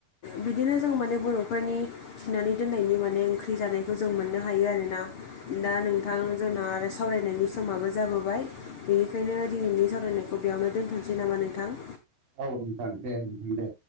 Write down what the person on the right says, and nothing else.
औ नोंथां दे नोंथां दे।